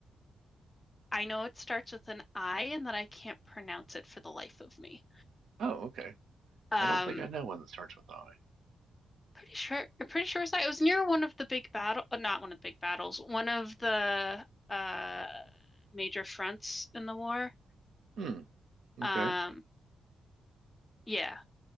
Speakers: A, on the left (about 20°); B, on the right (about 75°).
A: I know it starts with an I and that I can't pronounce it for the life of me.
B: Oh, okay.
A: Um,
B: I don't think I know one that starts with I.
A: pretty sure I'm pretty sure it was it was near one of the big battle uh, not one of the big battles, one of the uh major fronts in the war.
B: Hmm. Okay.
A: Um, yeah.